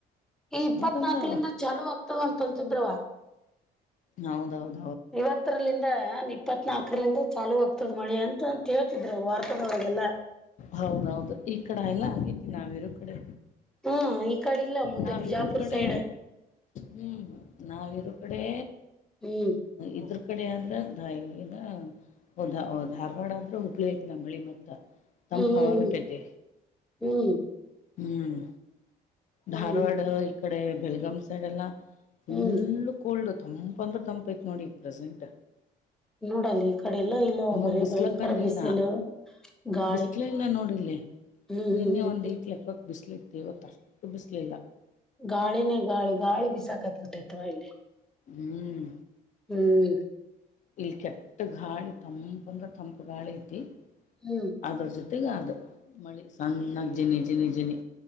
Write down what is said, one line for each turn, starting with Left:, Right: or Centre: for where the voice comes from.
Centre: ಈ ಇಪ್ಪತ್ನಾಕಲಂದ
Left: ಅಂತಂದಾರ
Centre: ಚಲುುವ ಆಗ್ತವ ಅಂತಂತಿದ್ರವ
Left: ಹೌದೌದು
Centre: ಇವತ್ತರಲಂದ ಇಪ್ಪತ್ ನಾಲ್ಕರಂದ ಚಾ ಆಗ್ತದ ಮಳಿ ಅಂತ ಕೇಳ್ತಿದ್ರು ವಾರ್ತದಳಗೆಲ್ಲ
Left: ಹೌದೌದು ಈ ಕಡ ಎಲ್ಲ ಆಗೇತಿ ನಾವಿರು ಕಡೆ
Centre: ಹ್ಮ್ ಈ ಕಡೆ ಇಲ್ಲ ಮುದ್ದೆ
Left: ನಾವ್
Centre: ಬಿಜಾಪುರ್
Left: ಇರುವ ಕಡೆ
Centre: ಸೈಡ್
Left: ಹ್ಮ್ ನಾವ ಇರ ಕಡೆ
Centre: ಹ್ಮ್
Left: ಇದ್ರ ಕಡೆ ಆದ್ರೆ ಧ ಧಾರವಾಡ ಆದ್ರೆ ಹುಬ್ಳಗಿನ ಮಳಿ ಮತ್ತ ತಮ್ಮ
Centre: ಹ್ಮ್
Left: ಪಾವ ಬಿಟ್ಟತ್ತೆ
Centre: ಹ್ಮ್ ಹ್ಮ್
Left: ಹ್ಮ್
Centre: ಹ್ಮ್
Left: ಧಾರವಾಡ
Centre: ಹ್ಮ್ ಹ್ಮ್
Left: ಇ ಕಡೆ ಬೆಲ್ಗಾಮ್ ಸೈಡ್ ಎಲ್ಲ ಫುಲ್
Centre: ಹ್ಮ್
Left: ಕೋಲ್ಡ್ ತಂಪಂದ್ರೆ ತಂಪೈತ್ ನೋಡಿ ಪ್ರೆಸೆಂಟ್
Centre: ನೋಡಲ್ಲ ಈ ಕಡೆ ಎಲ್ಲಾ ಇಲ್ಲ
Left: ಹ
Centre: ಬರಿೀ
Left: ಬಿಸ್ಲ
Centre: ಭಯಂಕರ
Left: ಕಂಡಿಲ್ಲ
Centre: ಬಿಸಿಲು ಗಾಳಿ
Left: ಬಿಸ್ಲ ಇಲ್ಲ ನೋಡಿಲ್ಲಿ
Centre: ಹ್ಮ್ ಹ್ಮ್
Left: ನಿನ್ನೆ ಒಂದು
Centre: ಹ್ಮ್
Left: ಈಕ್ ಲೆಕ್ಕಕ್ ಬಿಸಿಲ ಇತ್ತು ಇವತ್ತ ಅಷ್ಟು ಬಿಸಲಿಲ್ಲ
Centre: ಗಾಳಿನೇ ಗಾಳಿ ಗಾಳಿ ಬಿ ಸಾಕತ್ಬಟ್ಟೈತ್ವಾ ಇಲ್ಲಿ
Left: ಹ್ಮ್
Centre: ಹ್ಮ್
Left: ಇಲ್ಲಿ ಕೆಟ್ಟ ಗಾಳಿ ತಂಪ ಅಂದ್ರ ತಂಪು ಗಾಳಿ ಐತಿ
Centre: ಹ್ಮ್
Left: ಅದ್ರ ಜೊತೆ ತ್ತಗ ಅದು ಮಳಿ ಸಣ್ಣಾಗಿ ಜಿನಿ ಜಿನಿ ಜಿನಿ